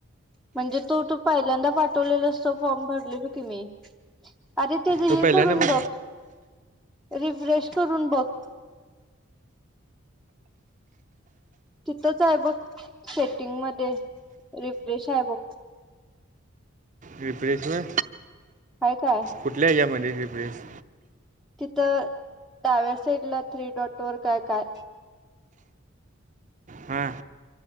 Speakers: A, in the centre; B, on the right (about 35°).
A: म्हणजे तो तू पहिल्यांदा पाठवलेल असत फॉर्म भरलेल कि मी अरे ते हे
B: तो पहिला
A: करून
B: नंबर
A: बघ रिफ्रेश करून बघ तिथंच आहे बघ सेटिंग मध्ये रिफ्रेश आहे बघ
B: रिफ्रेश म
A: हाय काय?
B: कुठल्या हमध्येध्ये रिफ्रेश
A: तर डाव्या साईड ला थ्री डॉट वर काय काय
B: हां